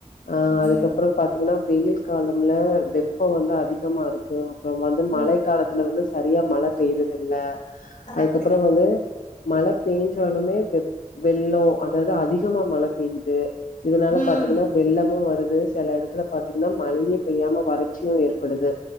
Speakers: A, on the left (about 80°); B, on the left (about 65°).
A: அஹ்
B: ம்,
A: அதுக்கப்புறம் பாத்தீங்னா வெயில் காலம்ல வெப்பம் வந்து அதிகமா இருக் கு அப்பறம் வந்து மழை
B: ம்.
A: காலத்துல வந்து சரியா மழை பெயுறத இல்ல
B: கரெக்ட்டு.
A: அதுக்கப்புறம் வந்து மழ பெய்ஞ்சாலுமே வெ வெள்ளோ அதாவது அதிகமா மழை பெய்யிது இதனால
B: ம்,
A: பாத்தீங்னா வெள்ளமு வருது சில எடத் த்துல பாத்தீங்னா மழையே பெய்யாம வறட்சியு ஏற்படுது